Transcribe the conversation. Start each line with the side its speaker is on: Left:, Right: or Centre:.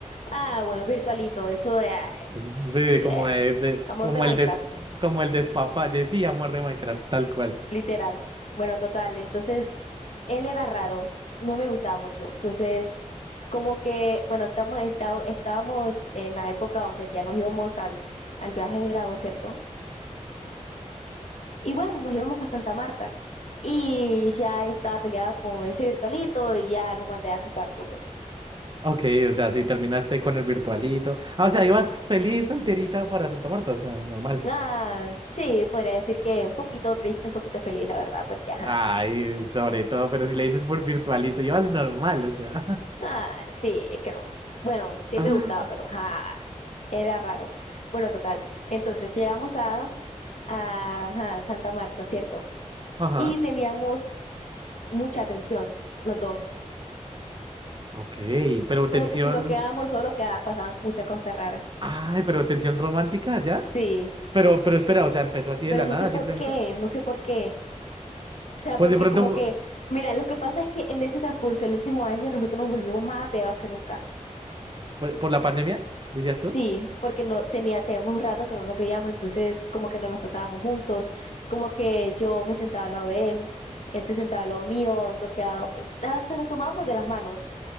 Left: Ah, bueno, virtualito, eso de ah,
Right: sí, de
Left: eh,
Right: como, de- de-
Left: amor
Right: como
Left: de Minecraft.
Right: el des, como el despapalle, sí, amor de Minecraft, tal cual.
Left: Literal. Bueno, total. Entonces, él era raro, no me gustaba mucho. Entonces, como que, bueno, estamos, esta- estábamos en la época donde ya nos íbamos al, al viaje de grado, ¿cierto? Y bueno, nos íbamos para Santa Marta. Y ya estaba peleada con ese virtualito y ya nos mandé a soplar puro.
Right: Ok, o sea, si terminaste con el virtualito. Ah, o sea, ibas feliz solterita para Santa Marta, o sea, normal.
Left: Ah, sí, podría decir que un poquito triste, un poquito feliz, la verdad, porque, ajá.
Right: Ay, sobre todo, pero si le dices por virtualito, ibas normal, o sea.
Left: Ah, sí, es que no. Bueno, sí
Right: <laughs>
Left: me gustaba, pero ajá, era raro. Bueno, total. Entonces llegamos a Ajá, Santa Marta, cierto.
Right: Ajá.
Left: Y teníamos mucha atención, los dos.
Right: Ok, pero
Left: Como
Right: tensión.
Left: que si nos quedábamos solos, quedaba, pasaban muchas cosas raras.
Right: Ay, pero tensión romántica, ¿ya?
Left: Sí,
Right: Pero, pero espera, o sea, empezó así
Left: pero
Right: de la
Left: no
Right: nada,
Left: sé por
Right: simplemente.
Left: qué, no sé por qué. O sea,
Right: Pues
Left: porque
Right: de pronto,
Left: como que, mira, lo que pasa es que en ese transcurso del último año nosotros nos volvimos más apegados que nunca.
Right: pues, por la pandemia, dirías
Left: Sí,
Right: tú.
Left: porque no tenía, teníamos un rato que no nos veíamos, entonces como que nos las pasábamos juntos, como que yo me sentaba al lado de él, él se sentaba al lado mío, nos quedaba, hasta nos tomábamos de las manos.